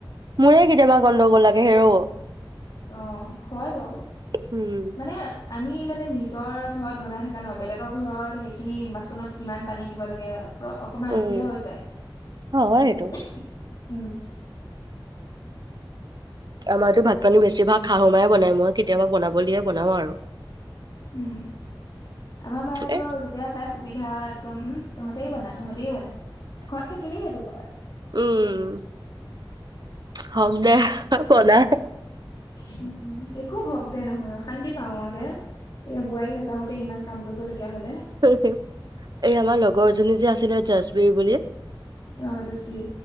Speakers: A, on the right; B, on the left.
A: মোৰে কেতিয়াবা
B: বস্ত-
A: গন্দগোল লাগে হেৰৌ।
B: অ', হয় বাৰু,
A: উম
B: মানে আমি মানে নিজ নিজৰ ঘৰত বনাই থকা ন বেলেগৰ ঘৰত সেইখিনি বাচনত কিমান পানী দিব লাগে অকমান
A: উম
B: অসুবিধা হৈ যায়।
A: হয় সেইটো
B: উম।
A: আমাৰতো ভাত পানী বেছি ভাগ শাহু মায়ে বনাই, মই কেতিয়াবা বনাবলে দিয়ে বনাও আৰু।
B: উম, আমাৰ মায়েতো
A: এ
B: আৰু যেতিয়া পায় সুবিধা একদম উম, তহঁতেই বনা, তহঁতেই বনা ঘৰত থাকিলেই সেইটো কয়।
A: উম হওক দে পনা
B: উম, একো হওক দে নহয় অশান্তি পাও দে। এয়া বোৱাৰী নাযাওতে ইমান কাম কৰিবলগীয়া হলে
A: এই আমাৰ লগৰ জনী যে আছিলে জাজবেৰী বুলি
B: অ', জাজবীৰ।